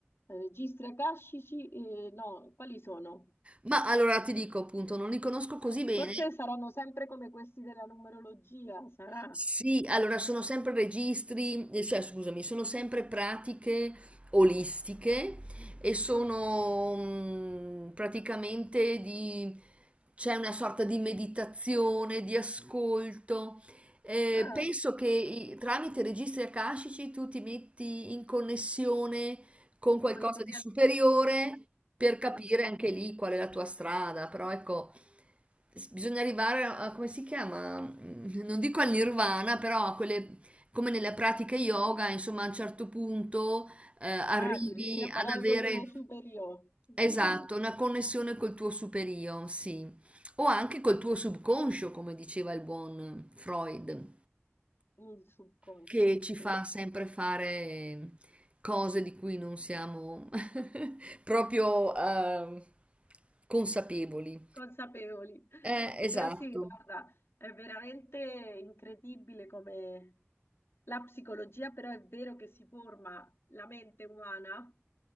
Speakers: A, on the left; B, on the right.
A: registri akashici? eh, no, quali sono?
B: Ma allora ti dico appunto, non li conosco così bene.
A: Forse saranno sempre come questi della numerologia, sarà.
B: Sì, allora sono sempre registri, eh, cioè scusami, sono sempre pratiche olistiche e sono mm, praticamente di, c'è una sorta di meditazione, di ascolto. Eh,
A: Ah,
B: penso che i- tramite registri akashici tu ti metti in connessione con qualcosa
A: con i tuoi
B: di superiore
A: an- an-
B: per capire
A: anci-
B: anche lì qual è la tua strada, però ecco, s- bisogna arrivare a, a- come si chiama? Mm, Non dico al nirvana, però a quelle, come nelle pratiche yoga, insomma, a un certo punto eh, arrivi
A: ah, di riuscire a parlare
B: ad avere,
A: col tuo superiore, <laughs>
B: esatto, una connessione col tuo superio, sì, o anche col tuo subconscio, come diceva il buon Freud
A: il subconscio.
B: che ci
A: Sì.
B: fa sempre fare cose di cui non siamo <laughs> proprio ehm, consapevoli.
A: consapevoli.
B: Eh, esatto.
A: Però sì, guarda, è veramente incredibile come la psicologia, però è vero che si forma la mente umana